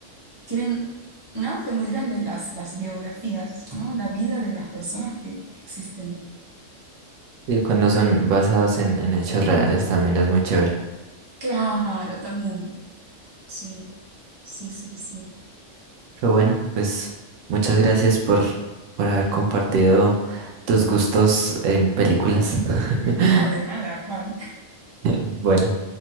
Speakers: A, on the right (about 20°); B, on the right (about 80°).
A: tienen un auge muy grande las, las biografías, ¿no? La vida de las personas que, que existen.
B: Y cuando son basados en, en hechos reales también es muy chévere.
A: Claro, también, sí, sí, sí, sí.
B: Pero bueno, pues muchas gracias por, por haber compartido tus gustos en películas. <laughs>
A: <laughs> No, de nada, Juan.
B: Bueno.